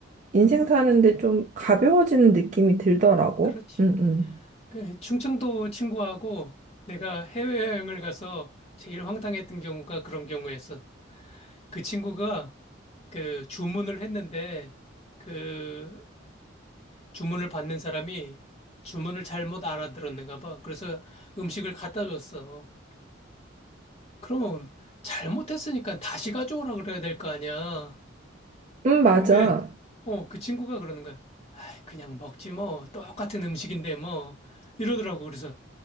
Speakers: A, on the right (about 40°); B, on the left (about 30°).
A: 인생 사는데 좀 가벼워지는 느낌이 들더라고.
B: 그렇지.
A: 응, 응.
B: 그 충청도 친구하고 내가 해외여행을 가서 제일 황당했던 경우가 그런 경우였어. 그 친구가 그 주문을 했는데 그 주문을 받는 사람이 주문을 잘못 알아들었는가 봐. 그래서 음식을 갖다 줬어. 그러면 잘못했으니까 다시 가져오라 그래야 될 거 아니야.
A: 응, 맞아.
B: 근데, 어, 그 친구가 그러는 거야. 아이, 그냥 먹지 뭐. 똑같은 음식인데 뭐. 이러더라고. 그래서